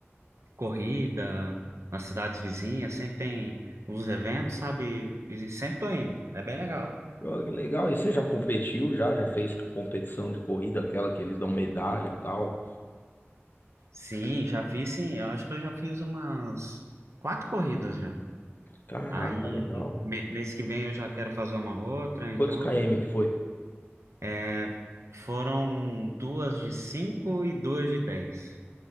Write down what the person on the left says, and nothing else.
Pô, que legal. E você já competiu já? Já fez competição de corrida, aquela que eles dão medalha e tal?
Caraca,
legal.
Quantos km que foi?